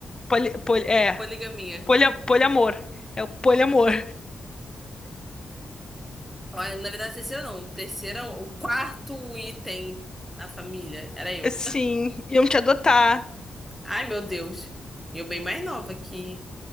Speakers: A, on the left (about 25°); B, in the centre.
A: Poli, poli- é.
B: poligamia.
A: Polia, poliamor. É o poliamor.
B: Olha, na verdade, terceira não. Terceira, o quarto item na família era eu.
A: Sim, iam te adotar.
B: Ai, meu Deus. Eu bem mais nova que,